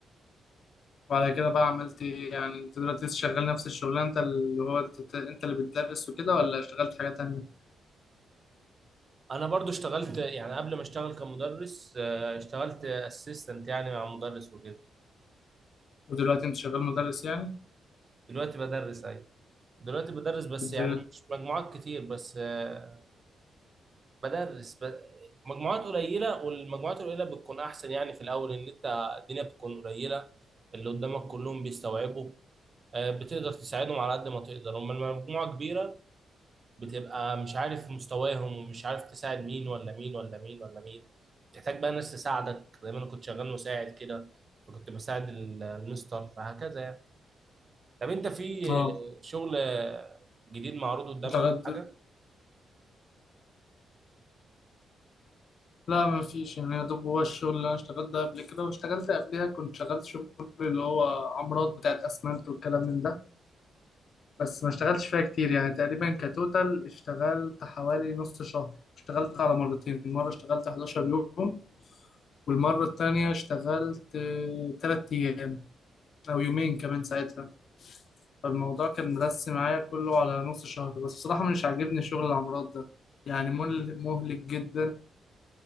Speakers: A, on the left; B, on the right.
A: وعلى كده بقى عملت ايه يعني انت دلوقتي لسه شغال نفس الشغلانة انت اللي هو انت انت اللي بتدرس وكده ولا اشتغلت حاجة تانية
B: انا برضو اشتغلت يعني قبل ما اشتغل كمدرس آه، اشتغلت اسيستنت يعني مع مدرس وكده
A: ودلوقتي انت شغال مدرس يعني
B: دلوقتي بدرس ايوه دلوقتي بدرس بس
A: بتدرس
B: يعني مش مجموعات كتير بس آه، بدرس ب... مجموعات قليله والمجموعات القليله بتكون احسن يعني في الاول ان انت الدنيا بتكون قليله اللي قدامك كلهم بيستوعبوا آه، بتقدر تساعدهم على قد ما تقدر اما المجموعه كبيره بتبقى مش عارف مستواهم ومش عارف تساعد مين ولا مين ولا مين ولا مين بتحتاج بقى ناس تساعدك زي ما انا كنت شغال مساعد كده فكنت بساعد ال- المستر فهكذا يعني طب انت في
A: اه
B: شغل جديد معروض قدامك
A: انت غد...
B: او حاجه
A: لا ما فيش يعني يا دوب هو الشغل اللي انا اشتغلت ده قبل كده واشتغلت قبليها كنت شغلت شغل اللي هو عمارات بتاعت اسمنت والكلام من ده بس ما اشتغلتش فيها كتير يعني تقريبا كتوتال اشتغلت حوالي نص شهر اشتغلت على مرتين مرة اشتغلت 11 يوم والمرة التانية اشتغلت آه، تلات أيام أو يومين كمان ساعتها فالموضوع كان مرسي معايا كله على نص شهر بس بصراحة مش عاجبني شغل العمارات ده يعني مل- مهلك جدا